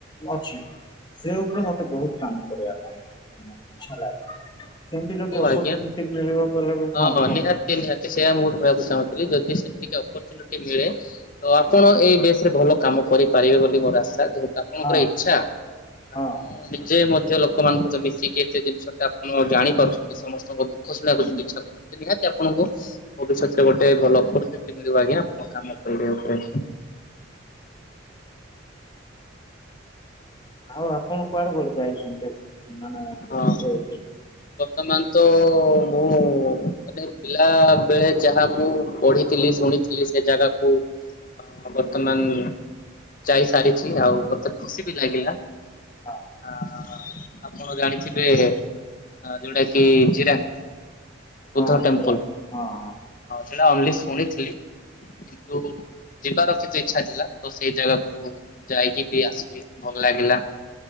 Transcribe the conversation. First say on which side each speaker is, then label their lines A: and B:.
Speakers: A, on the left; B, on the left.
A: ଅଛି ସେ ଉପରେ ମତେ ବହୁତ କାମ କରିବା ପାଇଁ ମାନେ ଇଛା ଲାଗେ। ସେମିତି ଯଦି
B: ହଉ
A: ଅପରଚୁନିଟି
B: ଆଜ୍ଞା
A: ମିଳିବ କହିଲେ
B: ହଁ
A: କୁହନ୍ତୁ।
B: ନିହାତି ନିହାତି ସେୟା ମୁ କହିବାକୁ ଚାହୁଁଚି। ଯଦି ସେମିତିକା ଅପରଚୁନିଟି ମିଳେ ତ ଆପଣ ଏଇ ବସ ରେ ଭଲ କାମ କରିପାରିବେ ବୋଲି ମୋର ଆଶା ଯେ ଆପଣଙ୍କର
A: ହଁ
B: ଇଚ୍ଛା ଆପଣ
A: ହଁ
B: ନିଜେ ମ ଲୋକମାନଙ୍କ ତ ମିଶିକି ଏତେ ଜିନିଷ ଆପଣ ଜାଣିପାରୁଛନ୍ତି ସମସ୍ତଙ୍କ ଦୁଃଖ ଶୁଣିବାକୁ
A: ହୁଁ।
B: ଯଦି ଇଚ୍ଛା କରୁଛନ୍ତି ନିହାତି ଆପଣଙ୍କୁ ଭବିଷ୍ୟତରେ ଗୋଟେ ଭଲ ଅପରଚୁନିଟି ମିଳିବ ଆଜ୍ଞା ଆପଣଙ୍କ କାମ କରିବ ଉପରେ। <inaudible>
A: ଆଉ ଆପଣ କୁଆଡେ କୁଆଡେ ଯାଇଛନ୍ତି ମାନେ ଭିଯିଟ
B: ହଁ। ବର୍ତ୍ତମାନ ତ ମୁଁ ମାନେ ପିଲାବେଳେ ଯାହା ମୁଁ ପଢ଼ିଥିଲି ଶୁଣିଥିଲି ସେ ଜାଗାକୁ ବର୍ତ୍ତମାନ ଯାଇ ସାରିଛି ଆଉ ମତେ ଖୁସି ବି ଲାଗିଲା। ହ
A: ହଁ
B: ଆପଣ ଜାଣିଥିବେ ଅ ଯୋଉଟା କିି ଜିରାନ୍
A: ହଁ
B: ବୁଦ୍ଧ ଟେମ୍ପଲ
A: ପୁରା ହଁ ହଁ।
B: ସେଟା ଓନଲି ଶୁଣିଥିଲି କିନ୍ତୁ ଯିବାର କିଛି ଇଚ୍ଛା ଥିଲା ତ ସେଇ ଜାଗାକୁ ଯାଇକି ବି ଆସିଲି ଭଲ ଲାଗିଲା।